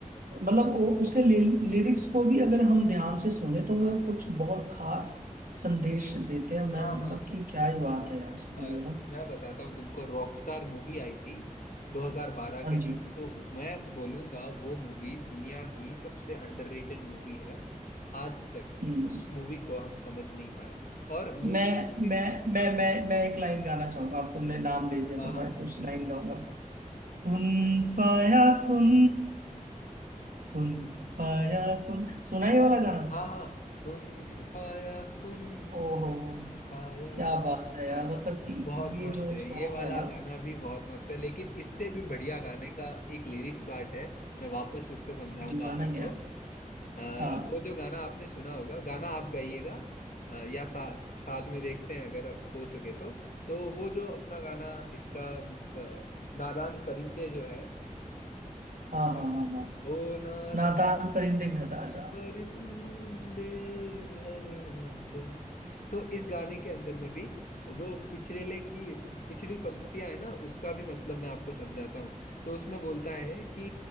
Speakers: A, on the right; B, on the left.
A: मतलब वो उसके लिरिक्स को भी अगर हम ध्यान से सुने तो
B: हाँ
A: वो कुछ बहुत खास संदेश देते हैं मैं
B: हाँ हाँ
A: मतलब
B: हाँ
A: कि क्या ही बात है यार इसके
B: अ,
A: लिए ना
B: मैं बताता हूँ तुमको रॉकस्टार मूवी आई थी 2012
A: हाँ
B: के टाइम
A: जी
B: में तो मैं बोलूंगा वो मूवी दुनिया की सबसे अंडररेटेड मूवी है आज तक
A: हम्म।
B: उस मूवी को हम समझ नहीं पाए और मु,
A: मैं
B: उस मूवी
A: मैं मैं
B: हाँ
A: मैं मैं एक लाइन गाना चाहूंगा अब तुमने नाम ले दिया
B: हाँ
A: तो
B: हाँ
A: मैं कुछ लाइन गाऊंगा कुन फाया कुन कुन फाया कुन सुना ये वाला गाना
B: हाँ हाँ कुन फाया कुन
A: ओहो
B: कुन फाया
A: क्या बात है
B: हाँ
A: यार मतलब कि
B: बहुत मस्त
A: ये जो
B: है
A: सॉन्ग
B: ये वाला
A: है ना
B: गाना भी बहुत मस्त है लेकिन इससे भी बढ़िया गाने का एक लिरिक्स पार्ट है मैं वापस उसको समझाऊंगा
A: दीवाना
B: आपको
A: ही है
B: अ,
A: हाँ
B: वो जो गाना आपने सुना होगा गाना आप गाइएगा अ, या सा, साथ में देखते हैं अगर आप हो सके तो तो वो जो अपना गाना इसका अ, नादान परिंदे जो है
A: हाँ हाँ हाँ हाँ
B: ओ नादान
A: नादान परिंदे घर आ जा
B: परिंदे हर आजा तो इस गाने के अंदर में भी जो पिछले की पिछड़ी पंक्तियां है ना उसका भी मतलब मैं आपको समझाता हूँ तो उसमें बोलता है कि